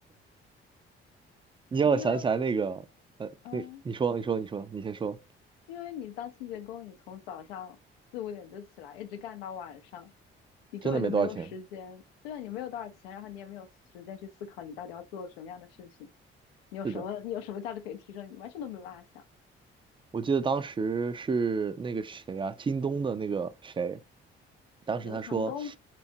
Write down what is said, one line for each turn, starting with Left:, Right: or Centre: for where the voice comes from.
Right: 你让我想起来那个，
Left: <laughs> 因为
Right: 呃，
Left: 嗯，
Right: 那你说，你说，你说，你先说，
Left: 因为你当清洁工，你从早上四五点就起来，一直干到晚上，你根本就没有时间。
Right: 真的没多少钱。
Left: 对啊，你没有多少钱，然后你也没有时间去思考你到底要做什么样的事情，你有什么你有什么价值可以提升，
Right: 是的，
Left: 你完全都没有办法想。
Right: 我记得当时是那个谁啊，京东的那个谁，当时他说
Left: 刘强东，